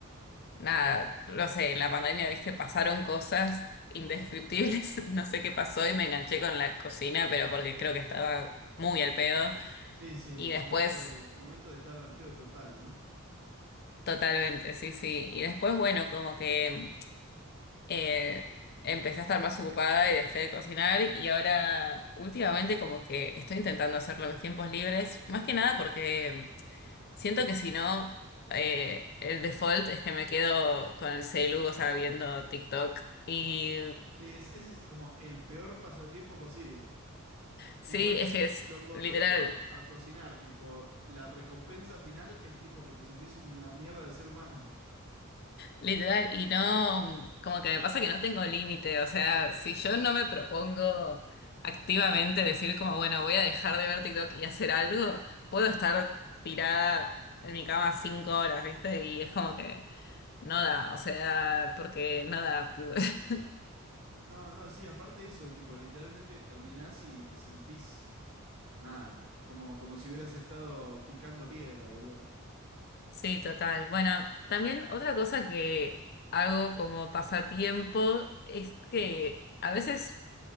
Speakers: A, on the left; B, on the right.
A: nada, no sé, en la pandemia, viste, pasaron cosas indescriptibles, <laughs> no sé qué pasó y me enganché con la cocina, pero porque creo que estaba muy al pedo.
B: Sí, sí,
A: Y
B: momento
A: después,
B: de, momento de estar al pedo total, ¿no?
A: totalmente, sí, sí. Y después, bueno, como que eh, empecé a estar más ocupada y dejé de cocinar y ahora últimamente como que estoy intentando hacerlo en mis tiempos libres, más que nada porque siento que si no... eh, el default es que me quedo con el celu, o sea, viendo TikTok. Y
B: Sí, es, ese es como el peor pasatiempo posible.
A: Sí,
B: Tipo, es
A: es que es
B: lo contrario
A: literal,
B: a, a cocinar. Tipo, la recompensa final es tipo que te sentís una mierda de ser humano. <laughs>
A: literal, y no, mm, como que me pasa que no tengo límite, o sea, si yo no me propongo activamente decir como, bueno, voy a dejar de ver TikTok y hacer algo, puedo estar tirada en mi cama cinco horas, ¿viste? Y es como que no da, o sea, porque no da. <laughs>
B: No, no, sí, aparte de eso, tipo, literalmente terminás y te sentís nada. Como, como si hubieras estado picando piedra, boluda.
A: Sí, total. Bueno, también otra cosa que hago como pasatiempo es que a veces